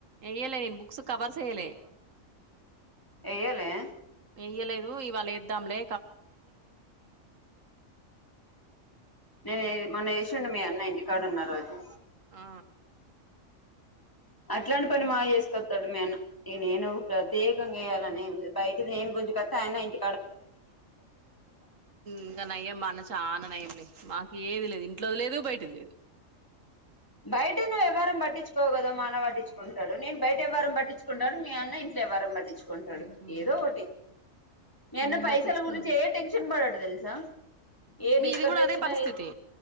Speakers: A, on the right; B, on the left.
A: యల్లే నన్ బుక్స్ కవర్స్యల్లే
B: ఏయ్యలే
A: వయ్యలేదు ఇవాళ ఇద్దాంలే
B: నేను మొన్న చూండి మీ అన్న ఇంటికాడ ఉన్న రోజు
A: ఆ
B: అట్లాంటి పని మాగా చేసుకస్తాడు మేన్న ఈ నేను ప్రత్యేకంగా చేయాలని ఏం లేదు బయటది నేను కొంచెం కత్త అయనా ఇంక
A: ఇంకా నయ్యమ్మా అన్న చాలనా నయ్యమ్మ మాకు ఏది లేదు ఇ ఇట్లది లేదు బయటది లేదు
B: బయట నువ్వు ఎవరారం పట్టించుకోగదా మాన పట్టించుకుంటాడు నేను బయట ఎవ్వరారం పట్టించుకుంటాడు మీ అన్న ఇంట్లో వరమేంది నచుకుంటాడు
A: మ్మ్
B: ఏదో ఒకటి మీ అన్న
A: ఏం
B: పైసల
A: పట్టించుకునుడు
B: గురించి ఏ టెన్షన్ పడాడు తెలుసా ఏది
A: మీది
B: ఇక్కడ
A: కూడా
B: తెచ్చినా
A: అదే పరిస్థితి